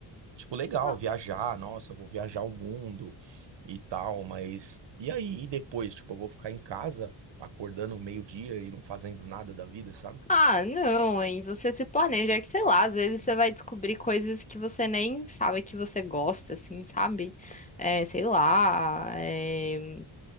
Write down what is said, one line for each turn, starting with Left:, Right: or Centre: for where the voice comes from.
Right: Tipo, legal
Left: Ah,
Right: viajar, nossa, vou viajar o mundo e tal, mas e aí? E depois? Tipo, eu vou ficar em casa acordando meio-dia e não fazendo nada da vida, sabe?
Left: ah, não, hein? Você se planeja, é que sei lá, às vezes você vai descobrir coisas que você nem sabe que você gosta, assim, sabe? É, sei lá, é,